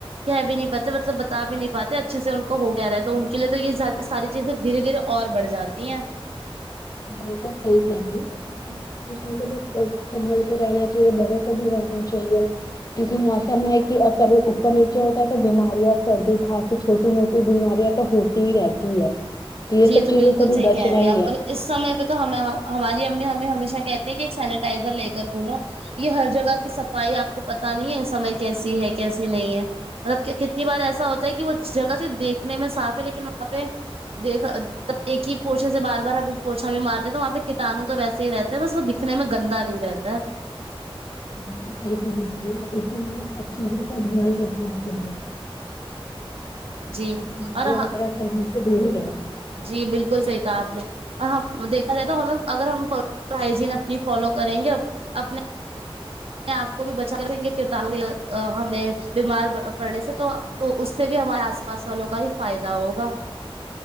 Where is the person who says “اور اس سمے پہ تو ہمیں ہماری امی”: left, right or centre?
Right